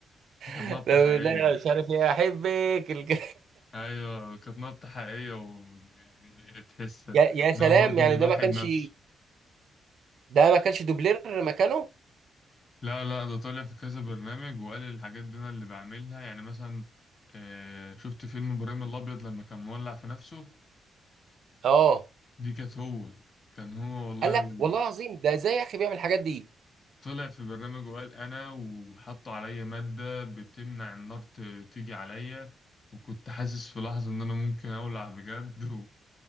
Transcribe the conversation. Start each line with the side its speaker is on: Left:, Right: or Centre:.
Left: دي كانت
Right: لما
Left: نطة
Right: بقول
Left: حقيقية
Right: لها مش عارف ايه احبك الج...
Left: ايوه كانت نبتة حقيقية ويعني تحس
Right: <laughs> يا يا سلام
Left: ان هو برضه
Right: يعني
Left: بيضحي
Right: ده ما كانش
Left: بنفسه
Right: ده ما كانش دوبلير مكانه
Left: لا لا ده طالع في كذا برنامج وقال الحاجات دي انا اللي بعملها يعني مثلا آه شفت فيلم ابراهيم الابيض لما كان مولع في نفسه
Right: اه
Left: دي كانت هو كان هو والله
Right: قال لا
Left: و-
Right: والله العظيم ده ازاي يا اخي بيعمل الحاجات دي
Left: طلع في برنامج وقال انا وحطوا عليا مادة بتمنع النار ت- تيجي عليا وكنت حاسس في لحظة ان انا ممكن اولع بجد